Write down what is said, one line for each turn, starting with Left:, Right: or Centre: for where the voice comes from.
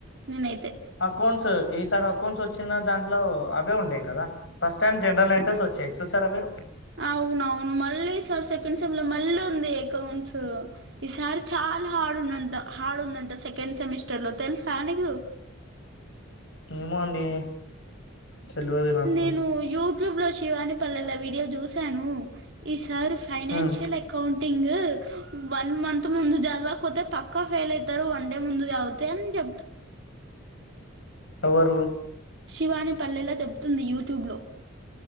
Right: నేనైతే
Left: అకౌంట్స్ ఈసారి అకౌంట్స్ వచ్చిన దాంట్లో అవే ఉండేయ్ కదా ఫస్ట్ టైమ్ జనరల్ అంటర్స్ వచ్ చ్చాయ్ చూసారా మీరు
Right: అవునవును మళ్ళీ ఈసారికి సెకండ్ సేమ్ లో మళ్ళీ ఉంది అకౌంట్స్ ఈ సారి చాలా హార్డ్ ఉందంట హార్డ్ ఉందంట సెకండ్ సెమిస్టర్ లో తెలుసా దు
Left: ఏమో అండి తెలియదు నాకు
Right: నేను యూట్యూబ్ లో శివాని పల్లెల వీడియో జూశాను సార్ financial
Left: హ్మ్
Right: accounting one month ముందు చదవక్ పొతే పక్కా ఫెయిల్ అయితరు వన్ డే ముందు చదువ్తె అని చెప్
Left: ఎవరు
Right: శివాని పల్లెలా చెబుతుంది యూట్యూబ్ లో